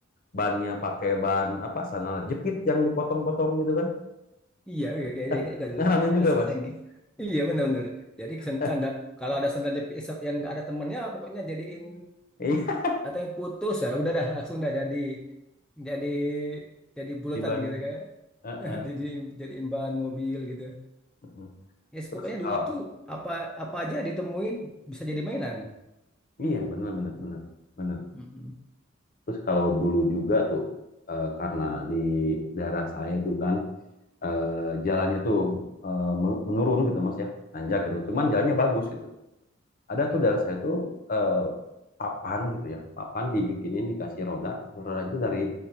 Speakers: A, on the left (about 45°); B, in the centre.
A: bannya pakai ban apa sandal jepit yang dipotong-potong gitu kan.
B: Iya, iya, kayaknya ingat
A: <laughs>
B: juga dulu.
A: Ngalamin juga,
B: Masih ingat
A: Mas.
B: lagi. Iya, benar-benar. Jadi sen-
A: <laughs>
B: sandal, kalau ada sandal jepit yang nggak ada temennya, pokoknya jadiin
A: Iya,
B: atau yang putus ya, udah dah langsung dah jadi jadi jadi bulatan
A: di ban.
B: gitu kayak.
A: Heeh,
B: <laughs> Jadi jadiin bahan mobil gitu.
A: heeh.
B: Ya, pokoknya
A: Terus kalau
B: dulu tuh apa apa aja ditemuin bisa jadi mainan.
A: Hmm. Iya, benar benar benar benar.
B: Mm-mm.
A: Terus kalau dulu juga tuh eh, karena di daerah saya itu kan eh, jalannya tuh eh, menurun gitu Mas ya, nanjak gitu. Cuman jalannya bagus gitu. Ada
B: Heeh.
A: tuh daerah saya tuh eh, papan gitu ya. Papan dibikinin dikasih roda. Roda itu dari